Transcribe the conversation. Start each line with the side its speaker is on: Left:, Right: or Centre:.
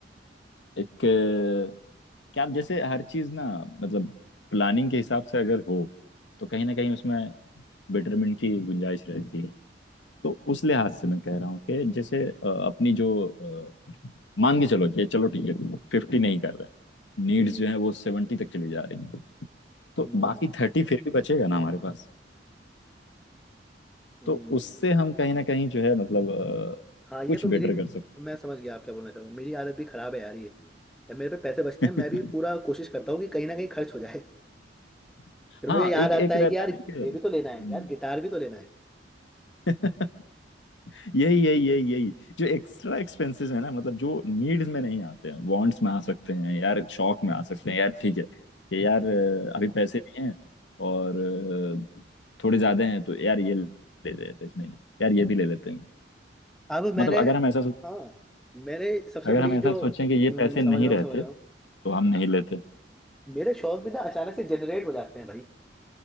Left: एक अ, क्या आप जैसे हर चीज ना मतलब प्लानिंग के हिसाब से अगर हो तो कहीं ना कहीं उसमें बेटरमेंट की गुंजाइश रहती है तो उस लिहाज से मैं कह रहा हूँ कि जैसे अ, अपनी जो अ, मान के चलो कि चलो ठीक है फिफ्टी नहीं कर रहे नीड्स
Centre: हम्म
Left: जो है वो सेवेंटी तक चली जा रही हैं। तो
Centre: हम्म
Left: बाकी थर्टी फिर भी बचेगा ना हमारे पास
Centre: हम्म।
Left: तो उससे हम कहीं ना कहीं जो है मतलब अ,
Centre: हाँ ये
Left: कुछ
Centre: तो
Left: बेटर
Centre: मेरी
Left: कर सकते
Centre: मैं समझ गया आप क्या बोलना चाह रहे हो मेरी आदत भी खराब है यार ये यार मेरे पे पैसे बचते
Left: हैं
Centre: हैं मैं भी पूरा कोशिश करता हूँ कि कहीं ना कहीं खर्च हो जाए
Left: <laughs>
Centre: फिर
Left: हाँ
Centre: मुझे याद
Left: एक
Centre: आता
Left: एक
Centre: है
Left: रहता
Centre: कि यार
Left: है ना कि हम्म।
Centre: ये भी तो लेना है यार गिटार भी तो लेना है
Left: <laughs> यही यही यही यही जो एक्स्ट्रा एक्सपेंसेस है ना मतलब जो नीड्स में नहीं आते हैं वांट्स में आ सकते हैं यार शौक में आ सकते हैं यार ठीक है कि यार
Centre: हम्म,
Left: अ, अभी पैसे भी हैं और अ, थोड़े ज्यादा हैं तो यार ये ले लेते हैं इस महीने यार ये भी ले लेते हैं
Centre: अब मैंने
Left: मतलब अगर हम ऐसा सोच
Centre: हाँ मेरे सबसे
Left: अगर
Centre: बड़ी
Left: हम ऐसा
Centre: जो
Left: सोचें कि ये
Centre: हम्म,
Left: पैसे
Centre: समझ
Left: नहीं
Centre: रहा
Left: रहते
Centre: हूँ समझ रहा हूँ
Left: तो हम नहीं लेते
Centre: मेरे शौक भी ना अचानक से जनरेट हो जाते हैं भाई